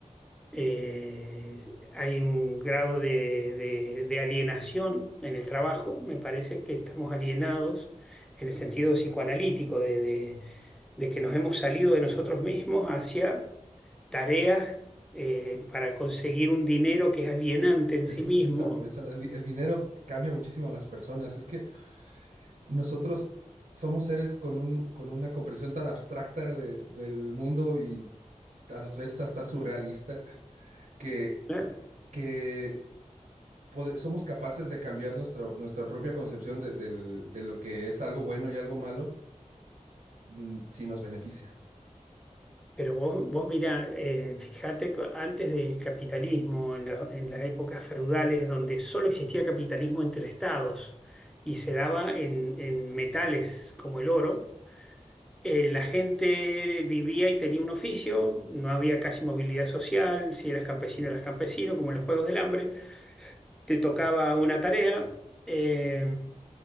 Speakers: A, in the centre; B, on the right (about 85°).
A: Eh, hay un grado de, de de alienación en el trabajo, me parece que estamos alienados en el sentido psicoanalítico de, de de que nos hemos salido de nosotros mismos hacia tareas eh, para conseguir un dinero que es alienante en
B: Es
A: sí mismo.
B: lo que estaba pensando. El, di- el dinero cambia muchísimo a las personas. Es que nosotros somos seres con un, con una comprensión tan abstracta de- del mundo y a veces hasta surrealista, que,
A: Claro.
B: que pode- somos capaces de cambiar nuestro, nuestra propia concepción de, del- de lo que es algo bueno y algo malo, mm, si nos beneficia.
A: Pero vos, vos mirá, eh, fíjate, co- antes del capitalismo, en la- en las épocas feudales, donde solo existía capitalismo entre estados y se daba en, en metales como el oro, eh, la gente vivía y tenía un oficio, no había casi movilidad social, si eras campesino eras campesino, como en los Juegos del Hambre, te tocaba una tarea, eh,